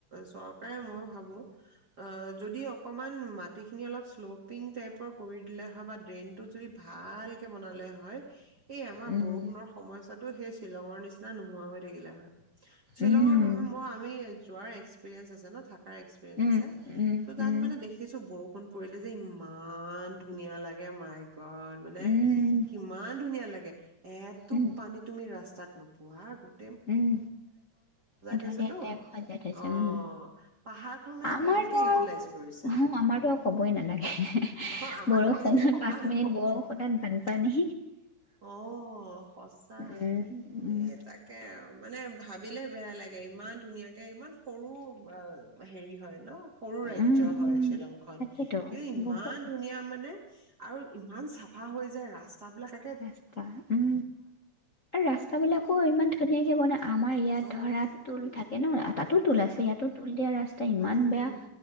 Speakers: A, on the right (about 35°); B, on the left (about 55°).
A: চৰকাৰে মই ভাবো, আ যদি অকমান মাটিখিনি অলপ শ্লপিং টাইপৰ কৰি দিলে হয় বা ড্ৰেইনটো যদি ভালকে বনালে হয় এই আমাৰ
B: উম
A: বৰষুণৰ সময়ছোৱাত তো হেই শ্বিলঙৰ নিচি না নোহোৱা হৈ থাকিলে হয়। শ্বিলঙৰ
B: উম
A: তুমি মই আমি যোৱাৰ এক্সপিৰিয়েঞ্চ আছে ন, থাক কাৰ এক্সপিৰিয়েঞ্চ
B: উম
A: আছে,
B: উম
A: ত' তাত
B: উম
A: মানে দেখিছো ব ষুন পৰিলে যে ইমান ধুনীয়া লাগে মায় গ গদ, মানে
B: উম
A: কিমান ধুনীয়া লা এ। এটোপ
B: উম
A: পানী তুমি ৰাস্তাত নোপ পোৱা, গোট
B: উম, এঢলীয়া
A: থৈছেতো
B: টাইপ সজাই থৈছে
A: অ
B: উম,
A: পাহাৰখন মানে
B: আমাৰতো
A: ভালকে ইউটিলাইজ
B: আউ
A: কৰিছে
B: অহ আমাৰতো আউ কবই নালাগে,
A: অ আমাৰ
B: বৰষুণত
A: কাটি কাটি সমান
B: পাঁচ মিনিট বৰষুণত বানপানী
A: অ, সচাঁ
B: উম উম
A: এই তাকে আ অ মানে ভাবিলে বেয়া লাগে, ইমান ধুনীয়াকে, ইমান সৰু ব হেৰি হয়। ন, সৰু ৰাজ্য
B: উম
A: হয়
B: উম
A: শ্বিলং খন।
B: তাকেতো
A: এই ইমান
B: বহুত
A: ধুনীয়া মানে। আৰু ইমান চাফা হয় যে ৰাস্তা বিলাক আ
B: ৰাস্তা, উম এই ৰাস্তা বিলাকো ইমান ধুনীয়া কিবনা আমাৰ ইয়াত
A: অ
B: ধৰা টোল থাকে ন, তাতো টোল
A: উম
B: আছে, ইয়াতো টোল দিয়া ৰাস্তা ইমান
A: উম
B: বেয়া
A: উম